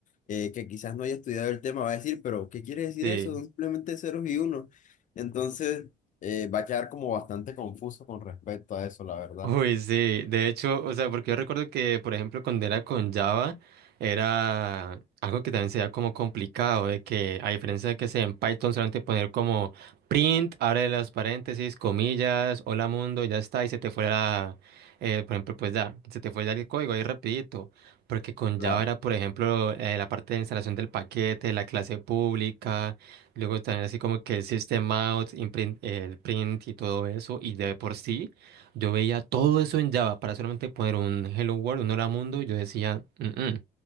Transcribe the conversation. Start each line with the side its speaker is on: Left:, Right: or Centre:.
Left: eh, que quizás no haya estudiado el tema, va a decir, pero ¿qué quiere decir
Right: Sí.
Left: eso? Son simplemente ceros y unos. Entonces, eh, va a quedar como bastante confuso con respecto a eso, la verdad.
Right: Uy, sí, de hecho, o sea, porque yo recuerdo que, por ejemplo, cuando era con Java, era algo que también se veía como complicado, de que a diferencia de que sea en Python solamente poner como print, abre las paréntesis, comillas, hola mundo, y ya está, y se te fue la, eh, por ejemplo, pues ya, se te fue ya el código ahí rapidito, porque con
Left: Claro.
Right: Java era, por ejemplo, eh, la parte de instalación del paquete, la clase pública, Luego también así como que el system out, imprint- el print y todo eso, y de por sí yo veía todo eso en Java para solamente poner un Hello World, un Hola Mundo, y yo decía, "Mm-mm,